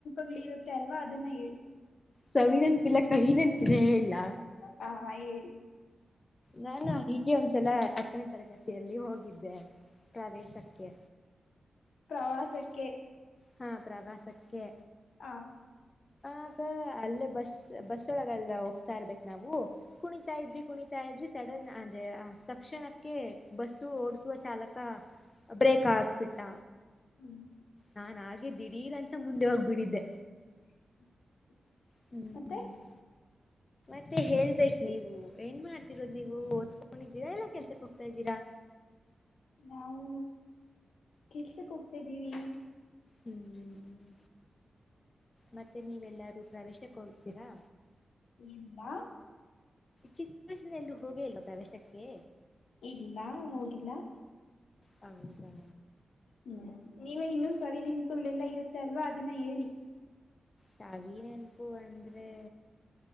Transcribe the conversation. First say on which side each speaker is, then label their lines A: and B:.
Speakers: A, on the left; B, on the left.
A: ಗಳು ಇರುತ್ತೆ ಅಲ್ವಾ ಅದನ್ನ ಹೇಳಿ.
B: ಸವಿ ನೆನ್ಪಿಲ್ಲ ಇಲ್ಲ ಕಹಿ ನೆನಪು ಇದೆ ಹೇಳಲ್ಲಾ.
A: ಹಾ ಹಾ ಹೇಳಿ.
B: ನಾನಾ ಹೀಗೆ ಒಂದ್ಸಲ ಹತ್ತನೇ ತರಗತಿಯಲ್ಲಿ ಹೋಗಿದ್ದೆ ಪ್ರವೇಶಕ್ಕೆ.
A: ಪ್ರವಾಸಕ್ಕೆ.
B: ಹಾ ಪ್ರವಾಸಕ್ಕೆ.
A: ಹ
B: ಆಗ ಅಲ್ಲೇ ಬಸ್ ಬಸ ಹೊಳಗಳಲ್ಲ ಹೋಗ್ತಾ ಇರ್ಬೇಕು ನಾವು. ಕುಣಿತಾ ಇದವಿ ಕುಣಿತಾ ಇದ್ ಸಡನ್ ಅಂದ್ರೆ ಆ ತಕ್ಷಣಕ್ಕೆ ಬಸ್ಸು ಓಡ್ಸುವ ಚಾಲಕ. ಬ್ರೇಕ್ ಹಾಕ್ಬಿಟ್ಟಾ.
A: ಹ್ಮ್.
B: ನಾನ್ ಹಾಗೆ ದಿಢೀರ್ ಅಂತ ಮುಂದೆ ಹೋಗ್ಬಿಡಿದ್ದೆ.
A: <inaudible>
B: ಹ್ಮ
A: ಮತ್ತೆ
B: ತ್ತೆ ಹೇಳ್ಬೇಕು ನೀವು ಏನ್ ಮಾಡ್ತಿರೋದು ನೀವು ಓದ್. ಮನೆಯಲ್ಲಿ ಇದೀರಾ ಇಲ್ಲ ಕೆಲ್ಸಕ್ಕೆ ಹೋಗ್ತಾದೀರಾ.
A: ನಾವು ಕೆಲ್ಸಕ್ ಹೋಗ್ತಾದ್ದೀವಿ.
B: ಹ್ಮ್. ಮತ್ತೆ ನೀವೆಲ್ಲಾರೂ ಪ್ರವೇಶಕ್ಕೆ ಹೋಗ್ತೀರಾ.
A: ಇಲ್ಲಾ.
B: ಚಿಕ್ಕ ವಯಸ್ಸಿನಲ್ಲೂ ಹೋಗೇ ಇಲ್ಲ ಪ್ರವೇಶಕ್ಕೆ.
A: ಇಲ್ಲಾ ಹೋಗಿಲ್ಲ.
B: ಹೌದಾ.
A: ಹ್ಮ್ ನೀವ ಇನ್ನು ಸವಿ ನೆನೆಪುಗಳೆಲ್ಲಾ ಇರುತ್ತೆ ಅಲ್ವಾ ಅದನ್ನ ಹೇಳಿ.
B: ಸಾವಿ ನೆನಪು ಅಂದ್ರೆ.